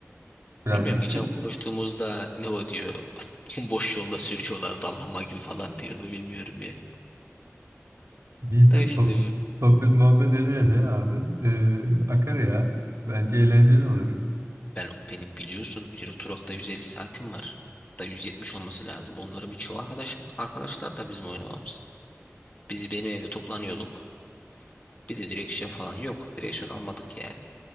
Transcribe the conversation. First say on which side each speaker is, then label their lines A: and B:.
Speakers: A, on the right; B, on the left.
A: Birazcık
B: Bilmiyorum geçen
A: tır
B: konuştuğumuzda ne o diyor. <laughs> Boş yolda sürüyorlar dallama gibi falan diyordu bilmiyorum ya.
A: diyeceğim.
B: Da işte
A: Sohbet, sohbet muhabbet ede ede abi. E, akar ya. Bence eğlenceli olur.
B: ben beni biliyorsun Giro Truck'ta 150 saatim var. Hatta 170 olması lazım. Onların birçoğu arkadaşım, arkadaşlar da bizim oynamamız. Biz benim evde toplanıyorduk. Bir de direksiyon falan yok. Direksiyon almadık yani.